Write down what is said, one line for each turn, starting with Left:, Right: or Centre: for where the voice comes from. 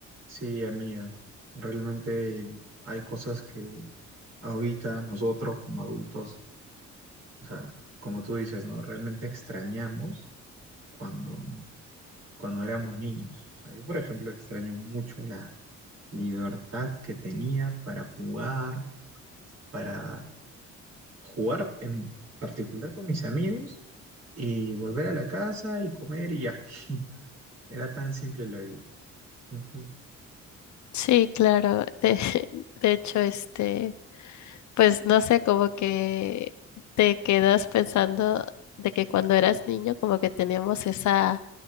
Right: Sí, amiga, realmente hay cosas que ahorita nosotros como adultos, o sea, como tú dices, ¿no? Realmente extrañamos cuando, cuando éramos niños. O sea, yo, por ejemplo, extraño mucho la libertad que tenía para jugar, para jugar en particular con mis amigos y volver a la casa y comer y ya. Era tan simple la vida. Ujú.
Left: Sí, claro. De, <laughs> de hecho, este, pues no sé, como que te quedas pensando de que cuando eras niño, como que teníamos esa,